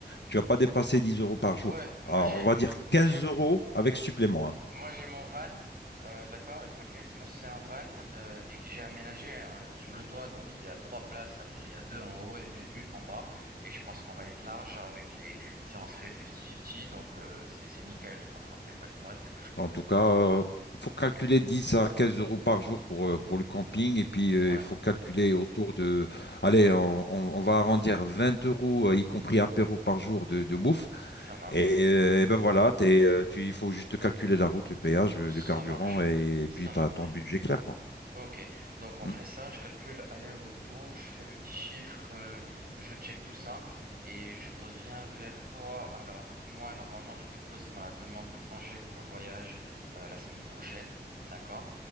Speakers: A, on the left; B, on the right.
A: tu vas pas dépasser 10 euros par jour.
B: Ouais, moi
A: Alors,
B: j'ai
A: on va
B: m-
A: dire
B: moi
A: 15
B: j'ai
A: euros avec supplément.
B: Moi, j'ai mon van, euh, d'accord, avec ma caisse. Moi, c'est un van euh, et que j'ai aménagé euh, sur le toit. Donc, il y a trois places, ça veut dire il y a deux en haut et, et une en bas. Et je pense qu'on va être large avec les. Si on se fait 50-50, donc euh, c'est c'est nickel, quoi. On fait moite-moite.
A: En tout cas, il faut calculer 10 à 15 euros par jour pour, euh, pour le camping. Et puis, euh,
B: Ouais,
A: il faut calculer autour de... Allez, on, on- on va arrondir 20 euros, euh, y compris apéro par jour de, de bouffe.
B: ça marche.
A: Et, euh, et ben voilà, t'es, euh, tu, il faut juste calculer la route, le péage, le
B: Ça
A: carburant,
B: marche.
A: et,
B: Ça
A: puis
B: marche.
A: tu as ton budget clair, quoi.
B: Ok, donc on
A: Hmm.
B: fait ça, je calcule aller-retour, je fais mes petits chiffres, euh, je check tout ça et je reviens vers toi. Alors moi, normalement, je dépose ma demande de congé pour le voyage euh, la semaine prochaine, d'accord?